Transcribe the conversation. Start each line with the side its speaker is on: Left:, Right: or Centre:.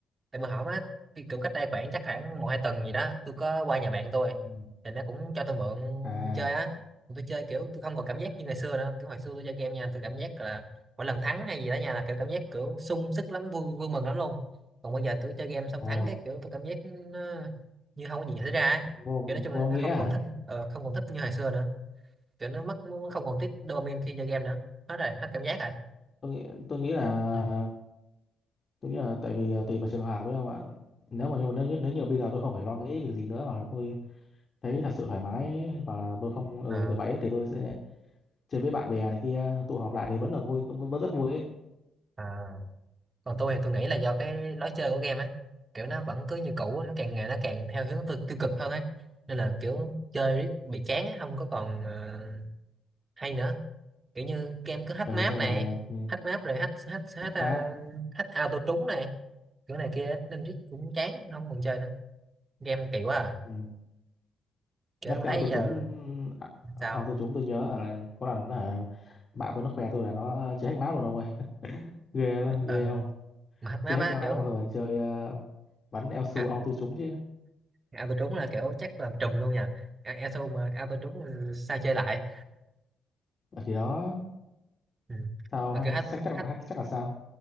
Right: tại mà hỏng á cái kiểu cách đây khoảng chắc khoảng một hai tuần gì đó tôi có qua nhà bạn tôi
Left: ừ.
Right: thì nó cũng cho tôi mượn
Left: à
Right: chơi á Mà tôi chơi kiểu tôi không còn cảm giác như ngày xưa nữa kiểu hồi xưa tôi chơi game nha tôi cảm giác là mỗi lần thắng hay gì đó nha là kiểu cảm giác kiểu sung sức lắm vui vui mừng lắm luôn còn bây giờ tôi chơi game xong
Left: Ờ,
Right: thắng cái kiểu tôi cảm giác nó như không có gì xảy ra ấy.
Left: vô,
Right: kiểu nói chung
Left: vô
Right: là nó
Left: nghĩa
Right: không
Left: hả?
Right: còn thích ờ, không còn thích như hồi xưa nữa kiểu nó mất nó không còn tiết dopamine khi chơi game nữa hết rồi hết cảm giác rồi
Left: Tôi nghĩ tôi nghĩ là
Right: ừ.
Left: tôi nghĩ là tại vì à, tùy vào trường hợp với không ạ. Nếu mà như nếu như, nếu như bây giờ tôi không phải lo nghĩ việc gì nữa hoặc là tôi thấy thật sự thoải mái hoặc là tôi không ừ
Right: Ờ,
Left: được kiểu vậy ấy, thì tôi sẽ chơi với bạn bè này kia tụ họp lại thì vẫn là vui vẫn, vẫn rất vui ấy.
Right: ờ. còn tôi thì tôi nghĩ là do cái lối chơi của game á kiểu nó vẫn cứ như cũ nó càng ngày nó càng theo hướng tiêu, tiêu cực hơn ấy nên là kiểu chơi riết bị chán á không có còn ờ, hay nữa kiểu như game cứ hack
Left: Ừ
Right: map
Left: xong
Right: này
Left: rồi ừ,
Right: hack map rồi hack hack hack,
Left: hack
Right: ờ,
Left: map
Right: hack auto trúng này kiểu này kia nên riết cũng chán không còn chơi nữa game kỳ quá à
Left: ừ,
Right: kiểu
Left: nhắc
Right: em
Left: theo
Right: thấy
Left: tôi
Right: giờ
Left: trúng à, à,
Right: sao
Left: tôi trúng tôi nhớ là có lần là bạn tôi nó khoe tôi là nó chơi hack map rồi đâu ơi ghê lắm
Right: Ờ,
Left: ghê không
Right: mà hack
Left: chơi
Right: map
Left: hack
Right: á
Left: map
Right: kiểu
Left: mà xong rồi chơi ờ, bắn eo su
Right: à,
Left: auto trúng chứ
Right: auto trúng là kiểu chắc làm trùm luôn nha à, auto mà auto trúng ờ, sao chơi lại
Left: Ờ, thì đó
Right: ừ.
Left: sao
Right: mà
Left: hay-
Right: kiểu hack
Left: chắc chắc
Right: hack
Left: là chắc là sao